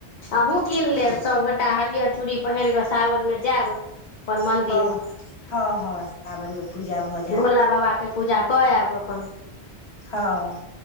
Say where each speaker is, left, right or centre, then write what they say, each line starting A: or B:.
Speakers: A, on the left; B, on the left.
A: अहूँ कीन लेब सभगोटा हरियर चूड़ी पहिर कऽ सावन में जायब अपन मन्दिर
B: हँ हँ हँ सावन मे पूजा भ
A: भोला बाबा के पूजा कऽ आयब अपन
B: हँ